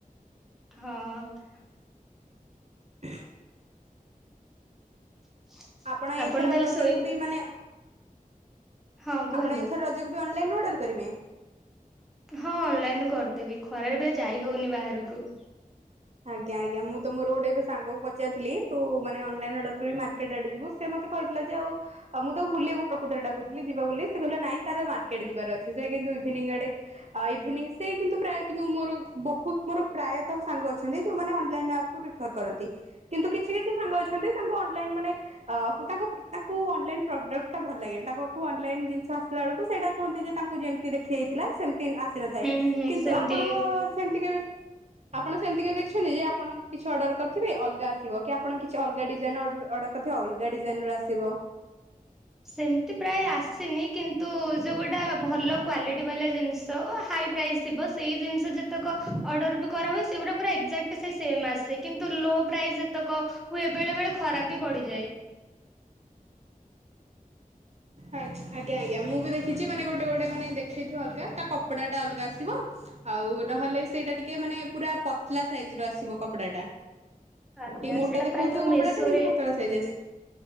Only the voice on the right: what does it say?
<inaudible>
ଆପଣ ଏଇଥର
ରଜକୁ
ବି ମାନେ
ଆପଣ ଏଇଥର ରଜକୁ ବି ଅନଲାଇନ ଅର୍ଡର କରିବେ?
ଆଜ୍ଞା ଆଜ୍ଞା ମୁ ତ ମୋର ଗୋଟେ ଏବେ ସାଙ୍ଗ କୁ ପଚାରିଥିଲି ତୁ ମାନେ ଅନଲାଇନ ଅର୍ଡର କରି ମାର୍କେଟ ଆଡେ ଯିବୁ ସେ ମତେ କହିଥିଲା ଯେ ଆଉ ଆ ମୁଁ ତାକୁ ବୁଲିବାକୁ ପ୍ରକୃତରେ ଡାକୁଥିଲିି ଯିବା ବୋଲି ସେ କହିଲା ନାଇଁ ତାର ମାର୍କେଟ ଯିବାର ଅଛି ସେ କିନ୍ତୁ ଇଭିନିଂ ଆଡେ ଆ ଇଭିନିଂ ସେ କିନ୍ତୁ ପ୍ରାୟ କିନ୍ତୁ ମୋର ବହୁତ ମୋର ପ୍ରାୟତଃ ସାଙ୍ଗ ଅଛି ଅଛନ୍ତି ଯୋଉ ମାନେ ଅନଲାଇନ ଆପକୁ ରିଫର କରନ୍ତି କିନ୍ତୁ କିଛି କିଛି ସାଙ୍ଗ ଅଛନ୍ତି ତାଙ୍କୁ ଅନଲାଇନ ମାନେ ଅ ମୁଁ ତାଙ୍କୁ ତାଙ୍କୁ ଅନଲାଇନ ପ୍ରଡକ୍ଟ ଟା ଭଲ ଲାଗେନି ତାଙ୍କ ପାଖକୁ ଅନଲାଇନ ଜିନିଷ ଆସିଲା ବେଳକୁ ସେଟା କୁହନ୍ତି ଯେ ତାଙ୍କୁ ଯେମିତି ଦେଖ ହେଇଥିଲା ସେମିତି ଆସିନଥାଏ
କିନ୍ତୁ
ଆପଣଙ୍କ ସେମତି କେବେ ଆପଣ ସେମିତି କେବେ ଦେଖିଛନ୍ତି ଯେ ଆପଣ କିଛି ଅର୍ଡର କରିଥିବେ ଅଲଗା ଆସିବ କି ଆପଣ କିଛି ଅଲଗା ଡିଜାଇନ ଅର୍ଡର କରି ଅଲଗା ଡିଜାଇନ ର ଆସିବ।
ଆଜ୍ଞା ଆଜ୍ଞା ମୁଁ ବି ଦେଖିଛି ମାନେ ଗୋଟେ ଗୋଟେ ମାନେ ଦେଖେଇଥିବ ଅଲଗା ତା କପଡା ଟା ଅଲଗା ଆସିବ। ଆଉ ନହେଲେ ସେଇଟା ଟିକେ ମାନେ ପୁରା ପତଲା ସାଇଜ ର ଆସିବ କପଡା ଟା।
ଟିକେ ମୋଟା
ଦେଖଉଥିବ
କପଡା
ଟା କିନ୍ତୁ ପତଳା ସାଇଜ୍ ଆସିବ।